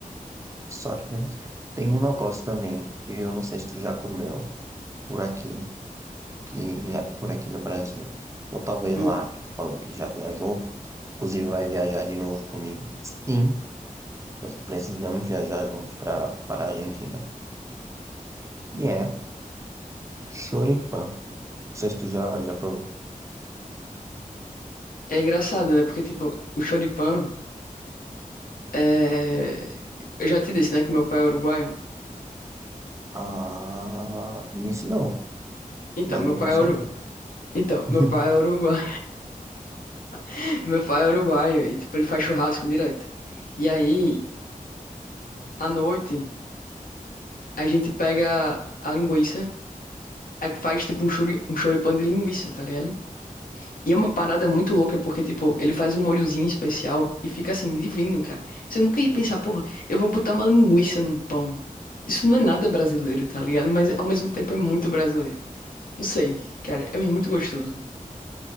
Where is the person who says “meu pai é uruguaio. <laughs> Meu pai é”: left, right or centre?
Left